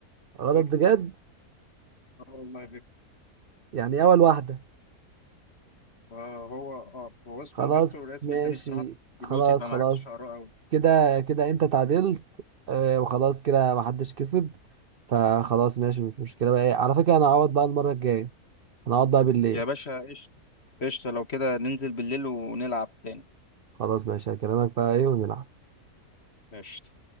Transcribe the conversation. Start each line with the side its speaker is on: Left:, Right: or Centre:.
Right: غلط
Left: فيكتور
Right: بجد؟
Left: اه والله فيكتور
Right: يعني أول واحدة
Left: آه هو اه هو اسمه
Right: خلاص
Left: فيكتور والاسم
Right: ماشي
Left: التاني الصراحة بالروسي
Right: خلاص
Left: فما
Right: خلاص
Left: عرفتش اقراه قوي
Right: كده كده انت تعادلت آه، وخلاص كده محدش كسب فخلاص ماشي مش مشكلة بقى ايه على فكرة انا هقعد بقى المرة الجاية انا هقعد بقى بالليل
Left: يا باشا قشطة قشطة لو كده ننزل بالليل ونلعب تاني
Right: خلاص ماشي هكلمك بقى ايه ونلعب
Left: ماشي